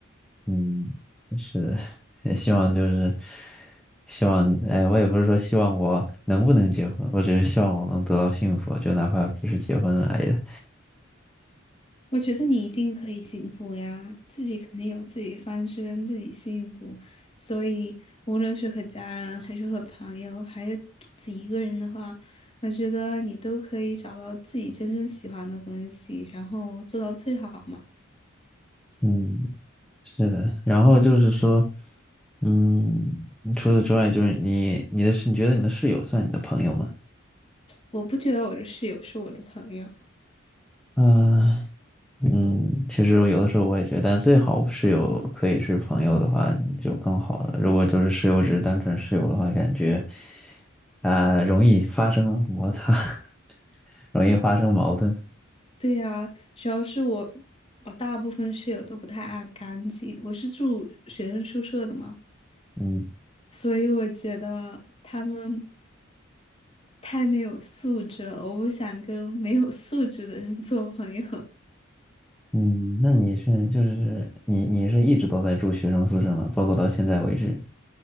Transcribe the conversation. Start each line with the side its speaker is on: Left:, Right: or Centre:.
Centre: 嗯，是，也希望就是希望，哎，我也不是说希望我能不能结婚，我只是希望我能得到幸福，就哪怕不是结婚来的。
Left: 我觉得你一定可以幸福呀，自己肯定有自己的方式让自己幸福，所以无论是和家人，还是和朋友，还是独自一个人的话，我觉得你都可以找到自己真正喜欢的东西，然后做到最好嘛。
Centre: 嗯，是的，然后就是说，嗯，除此之外，就是你你的室，你觉得你的室友算你的朋友吗？
Left: 我不觉得我的室友是我的朋友，
Centre: 嗯嗯，其实我有的时候我也觉得，但最好室友可以是朋友的话，你就更好了。如果就是室友只是单纯室友的话，感觉啊、容易发生摩擦，<laughs> 容易发生矛盾。
Left: 对呀，主要是我我大部分室友都不太爱干净，我是住学生宿舍的嘛，
Centre: 嗯
Left: 所以我觉得他们太没有素质了，我不想跟没有素质的人 <laughs> 做朋友。
Centre: 嗯，那你是就是你你是一直都在住学生宿舍吗？包括到现在为止？